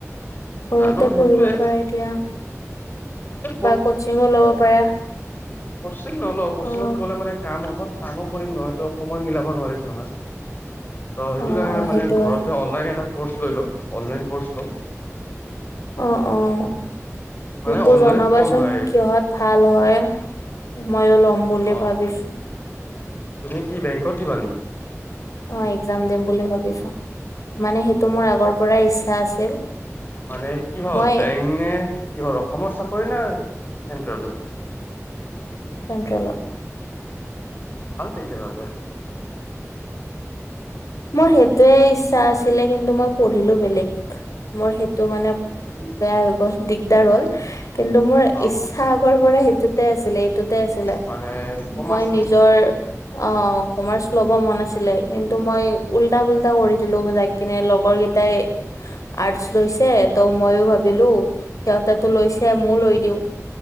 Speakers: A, on the left; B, on the left.
A: ঘৰতে
B: জানো সেইটোয়ে
A: পঢ়িব পাৰা এতিয়া
B: সেইটোৱে
A: বা কচিঙো লব পাৰা।
B: কচ্চিং নলও, কচ্চিংত
A: অ'
B: গলে মানে কাম হ'ব, কামো কৰিম নহয় ত সময় মিলাব নোৱাৰিম নহয়। ত সেইটো
A: অ'
B: কাৰণে
A: অ'
B: ম মানে
A: সেইটো
B: ঘৰতে
A: হয়
B: অনলাইন এটা কৰ্চ লৈ ল'ম, অনলাইন কৰ্চ লম
A: অঁ, অঁ
B: মানে
A: মোকো
B: অনলাইনত
A: জনাবাচোন,
B: কম হয়
A: কিহত ভাল হয়, ময়ো লম বুলি
B: অ'
A: ভাবিছো।
B: তুমি কি বেংকত দিবা নেকি।
A: অ এক্সাম দিম বুলি ভাবিছো। মানে সেইটো মোৰ আগৰ পৰা ইচ্ছা আছিল।
B: মানে কিহত
A: মই,
B: বেংক নে কিহৰ অসমৰ চাকৰি না চেন্ট্ৰেলত,
A: চেণ্ট্ৰেল।
B: ভাল তেতিয়া হ'লে।
A: মোৰ সেইটোৱে ইচ্ছা আছিলে কিন্তু মই পঢ়িলো বেলেগ। মোৰ সেইটো মানে বেয়া হৈ গ'ল দিগদাৰ হ'ল। কিন্তু মোৰ
B: অ
A: ইচ্ছা আগৰ পৰা সেইটোতে আছিলে এইটোত, তে আছিলে
B: মানে কমাৰ্চ
A: মই
B: হ'ব
A: নিজৰ। অ কমাৰ্চ লব মন আছিলে কিন্তু মই, উল্টা পুল্টা কৰি দিলো মই যাই কিনে লগৰ কেইটাই, আৰ্টচ লৈছে ত' মইয়ো ভাবিলো সিহঁতেটু লৈছে মইয়ো লৈ দিওঁ।